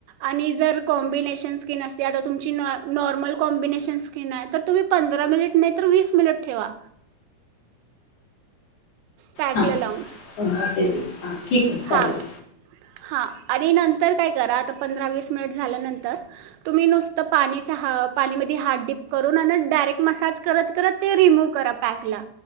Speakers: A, on the right (about 80°); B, on the left (about 70°).
A: आणि जर कॉम्बिनेशन स्किन असते. आता तुमची नॉर्म नॉर्मल कॉम्बिनेशन स्किन हाय, तर तुम्ही पंधरा मिनिट नाही तर, वीस मिनिट ठेवा. पॅकला
B: हां.
A: लावून
B: ते हां ठीक आहे
A: हा.
B: चालेल.
A: हा आणि नंतर तर काय करा आत पंधरा - वीस मिनिट झाल्यानंतर, तुम्ही नुसतं पाणीच हा पाण्यामध्ये हात डीप करून आन डायरेक्ट मसाज करत, करत ते रिमूव करा पॅकला.